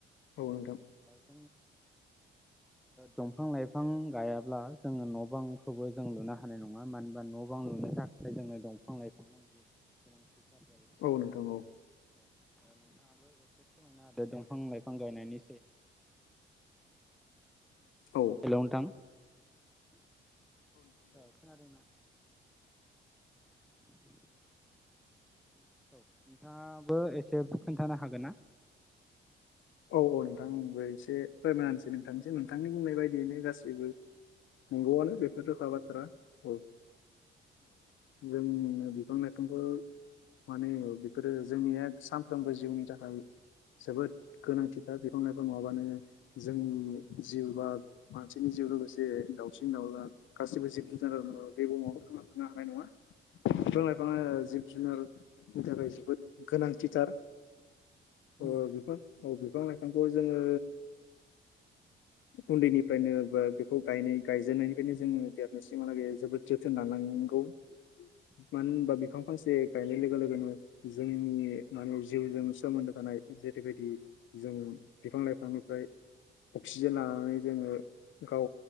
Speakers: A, on the left; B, in the centre.
A: <inaudible>
B: <inaudible> दंफां लाइफां गायाब्ला जोङो न' बांखौबो जों लुनो हानाय नङा माने बा न' बां लुनो थाखाय जोंनो दंफां लाइफां नांगौ। <unintelligible>
A: औ नोंथां औ
B: दंफां लाइफां गायनायनि
A: औ
B: हेलौ नोंथां। औ खोनादोंना। <inaudible> <unintelligible> औ नोंथाङाबो एसे खोन्थानो हागोन ना।
A: औ औ नोंथांबो एसे फोरमायसै नोंथांनिस नोंथांनि बुंनाय बायदियैनो गासैबो। नोंगौवानो बेफोर रोखाबाथ्रा। औ जोंनो बिफां लाइफांखौ। माने बेफोरो जोंनिया सानफ्रोमबो जिउनि थाखाय जोबोद। गोनांथिखा बिफां लाइफां नङाबानो जोंनि जिउ बा मानसिनि जिउ लोगोसे। दाउसिन दाउला गासिबो जिब जुनजार बे बुहुमाव थांना थांनो हानाय नङा।
B: <inaudible> <unintelligible>
A: बिफां लाइफाङा
B: औ
A: जिब जुनारनि थाखाय जोबोद गोनां। थिथार ओ
B: उम
A: बिफां औ बिफां लाइफांखौ जोङो।
B: <inaudible> <unintelligible>
A: उन्दैनिफ्रायनो बा बेखौ गायनाय गायजेननायनिफ्रायनो जोङो देरनायसिमालागे जोबोद जोथोन लानाङो। नोंगौ।
B: <inaudible> <unintelligible>
A: मानो होनबा
B: उम
A: बिफां फांसे। गायनाय लोगो लोगोनो जोंनि माने जिउजों सोमोन्दो थानाय जेरैबायदि। जों बिफां लाइफांनिफ्राय अक्सिजेन लानानै जोङो। गाव